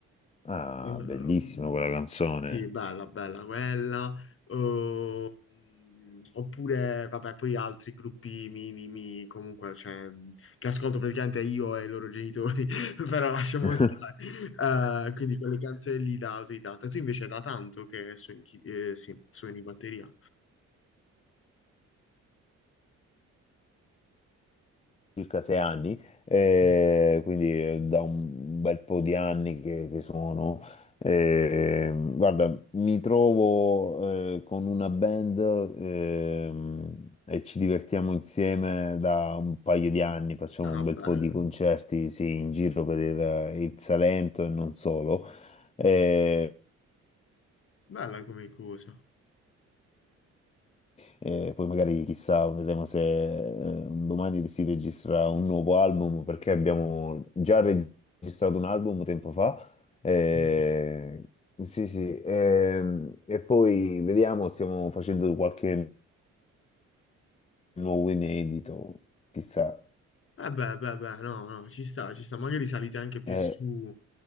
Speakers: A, on the left (about 20°); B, on the left (about 45°).
A: Ah,
B: Ehm,
A: bellissima quella canzone.
B: sì, bella, bella quella. Ehm, oppure, vabbè, poi altri gruppi minimi, comunque, cioè, che ascolto praticamente io e i loro genitori, <laughs> però lasciamo
A: <laughs>
B: stare. Eh, quindi quelle canzoni lì da autodidatta. Tu invece da tanto che suoni, chi- eh, sì, suoni batteria.
A: circa sei anni, eh,
B: Mm.
A: quindi eh, da un bel po' di anni che, che sono. Eh, guarda, mi trovo eh, con una band ehm, e ci divertiamo insieme da un paio di anni, facciamo
B: Ah,
A: un
B: bello.
A: bel po' di concerti, sì, in giro per il, il Salento e non solo. Eh,
B: Bella come cosa.
A: E poi magari chissà, vedremo se eh, un domani si registra un nuovo album, perché abbiamo già registrato un album tempo fa. Eh,
B: Ok.
A: sì, sì. ehm, e poi vediamo, stiamo facendo qualche nuovo inedito, chissà.
B: Eh beh, beh, beh, no, no, ci sta, ci sta. Magari salite anche più
A: Eh,
B: su,